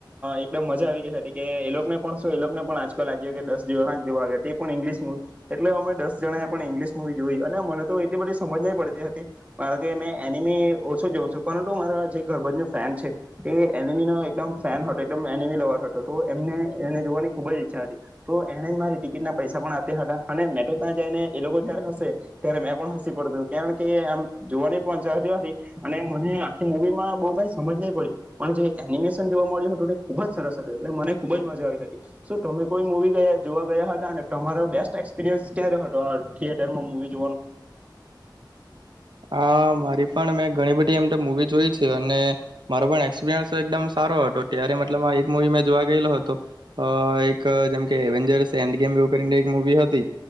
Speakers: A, on the right; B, on the right.
A: એટલે મજા આવી ગઈ હતી કે એ લોકોને પણ શું એ લોકોને પણ આજકાલ લાગયો કે દસ જણા જોવા આવ્યા તે પણ ઇંગ્લિશ મુવી, એટલે અમે દસ જણાએ એ પણ ઇંગ્લિશ મુવી જોઈ અને મને તો એટલી બધી સમજ નહી પડતી હતી, મારે કે મેં એનિમી ઓછું જોઉં છું પરંતુ મારા જે ગર બંને ફ્રેન્ડ છે. એ એનિમીનો એકદમ ફેન હતો એકદમ એનિમી લવર હતો તો એમને એને જોવાની ખુબ જ ઈચ્છા હતી, તો એને જ મારી ટિકિટના પૈસા પણ આપ્યા હતા, અને તો ત્યાં જઈ ને એ લોકો જયારે હશે ત્યારે મેં પણ હસી પડતો કારણ કે આમ જોવા પહ હતી, અને મને આખી મુવી માં બહ કઈ સમજ નહી પડી. પણ જે એનિમેશન જોવા મળ્યું હતું એ ખુબ જ સરસ હતું એટલે મને ખુબ જ મજા આવી હતી, શું તમે કોઈ મુવી ગયા જોવા ગયા હતા ને તમારો બેસ્ટ એક્સપિરિયન્સ ક્યારે હતો આ થિયેટરમાં મુવી જોવાનો?
B: હા મારી પણ મેં ઘણી બધી એમ તો મુવી જોઈ છે. અને મારો પણ એક્સપિરયન્સ એકદમ સારો હતો, ત્યારે મતલબ એક મુવી મેં જોવા ગયેલો હતો, એક જેમકે અવનજરસ એન્ડ ગેમ એક મુવી હતી,